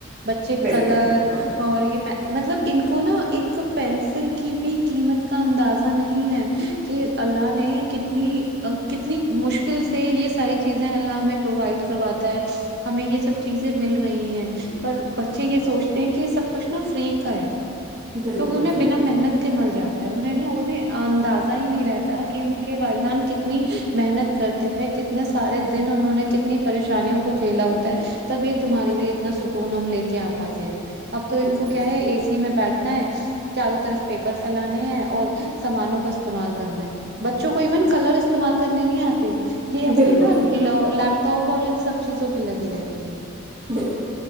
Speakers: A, on the right; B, on the right.
A: بچے
B: بالکل
A: کلر
B: بالکل
A: اور یہ پ مطلب ان کو نا ایک پینسل کی بھی قیمت کا اندازہ نہیں ہے کہ اللہ نے کتنی ا کتنی مشکل سے یہ ساری چیزیں اللہ میں پرووائڈ کرواتا ہے ہمیں یہ سب چیزیں مل رہی ہیں پر بچے یہ سوچتے ہیں کہ یہ سب کچھ نا فری کا <unintelligible>
B: بالکل
A: کیکہ انہیں
B: بالکل
A: بنا محنت کے مل جاتے انہیں نا انہیں اندازہ ہی نہیں رہتا کہ ان کے والدان کتنی محنت کرتے ہیں کتنے سارے دن انہوں نے کتنی پریشانیوں کو جھیلا ہوتا ہے تب یہ تمہارے لیے اتنا سکون ہم لے کیا آ پاتے ہیں اب تو
B: بالکل
A: ان کو ا سی میں بیٹھنا ہے چاروں طرف پیپر پھیلانے ہے اور سامانوں کو استعمال کرنا ہے بچوں کو ایون کلر استعمال کر کرنے نہیں آتے
B: بالکل
A: یہ اپنے نا
B: بالکل
A: ل لیپ ٹاپ اور سب چیزوں پہ لگے رہتے ہیں
B: ہ <unintelligible>